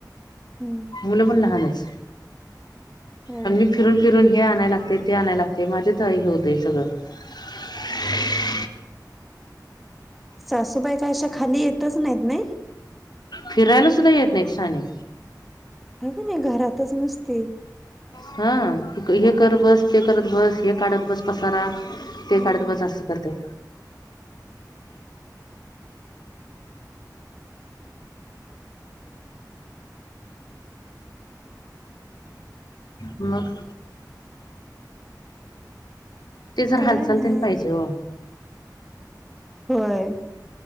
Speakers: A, in the centre; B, on the left.
A: हम्म!
B: मुलं पण लहानच,
A: होय
B: अन मी फिरून‌ फिरून हे आणाय लागते ते आणाय लागते माझे धा हे होते सगळं <inaudible>
A: सासूबाई का अशा खाली येतच नाहीत नाही.
B: फिरायला सुद्धा येत नाहीत शहाण्याने.
A: ह का नाही घरातच नुसती.
B: हा हे कर बस, ते करत बस, हे काढत बस पसारा
A: हम्म
B: ते काढत बस अस करतेय. मग
A: <inaudible>
B: ते जर
A: काय
B: हालचालते
A: नाही
B: पाहिजे हो.
A: होय.